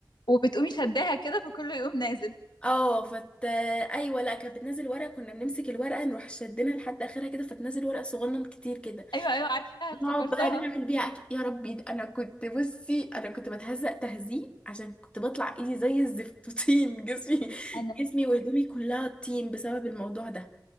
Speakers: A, on the left; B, on the left.
A: وبتقومي شداها كده فكله يقوم نازل
B: اه فت ايوه لا كانت بتنزل ورقه كنا بنمسك الورقه نروح شدنا لحد اخرها كده فتنزل ورقه صغنن كتير كده
A: ايوه ايوه عارفاها افتكرتها
B: نقعد بقى نعمل بيها اكل يا ربي ده انا كنت بصي انا كنت بتهزق تهزيق عشان كنت بطلع ايدي زي الزفت طين <laughs> جسمي
A: انا
B: جسمي وهدومي كلها طين بسبب الموضوع ده